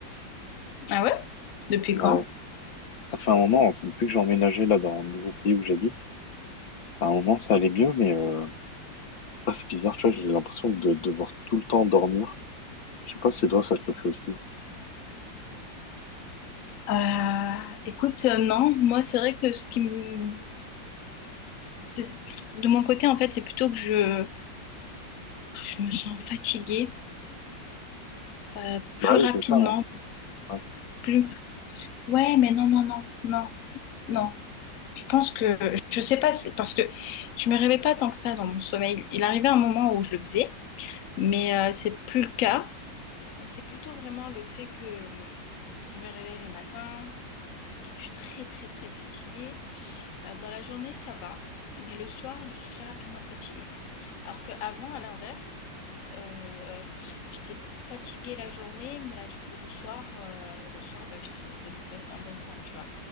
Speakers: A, on the left; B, on the left.
A: Ah ouais? Depuis
B: Ouais,
A: quand?
B: ça fait un moment, hein, c'est depuis que j'ai emménagé là dans le nouveau pays où j'habite, à un moment ça allait mieux mais euh, ah, c'est bizarre, tu vois, j'ai l'impression de devoir tout le temps dormir. Je sais pas si toi ça te le fait aussi.
A: Euh, écoute, euh, non, moi c'est vrai que ce qui me... c'est- De mon côté, en fait, c'est plutôt que je, je me sens fatiguée euh, plus
B: Bah oui,
A: rapidement.
B: c'est ça, hein. Ouais,
A: Plus... Ouais, mais non, non, non, non, non. Je pense que... Je sais pas, c'est parce que je me réveille pas tant que ça dans mon sommeil. Il arrivait un moment où je le faisais, mais euh, c'est plus le cas. Mais c'est plutôt vraiment le fait que... hum, Je me réveille le matin, Je suis très très très fatiguée. Euh, Dans la journée, ça va, mais le soir, je suis très rapidement fatiguée. Alors qu'avant, à l'inverse, euh, j'étais fatiguée la journée, mais la le soir, euh, le soir, bah, j'étais de bonne- en bonne forme, tu vois.